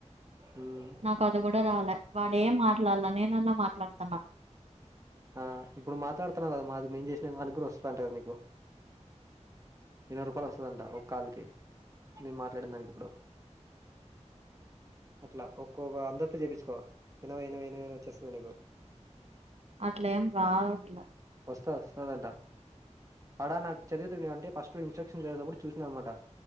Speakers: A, on the right; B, on the right.
A: ఉమ్
B: నాకు అది కూడా రాలే, వాడేం మాట్లాడ్ల నేనన్నా మాట్లాడుతన్నా.
A: ఆ ఇప్పుడు మాట్లాడుతున్నావు కదా. మాది మేము చేసినాయ్ దానిక్ గుణ వస్తంటద్. నీకు ఇరవై రూపాలు వస్తుందంట ఒక కాళ్ళకి నేను మాట్లాడిన దానికి ఇప్పుడు అట్లా ఒక్కొక్క అందరితో చేపించుకో ఏనో ఏనో ఏనోనో వచ్చేస్తుంది నీకు
B: అట్ల ఏం రావట్ల
A: వస్తా వస్తాదంటా అడా నాకు చదివిత అంటే ఫస్ట్ ఇన్స్ట్రక్షన్స్ వెదిసేటప్పుడు చూసిన అనమాట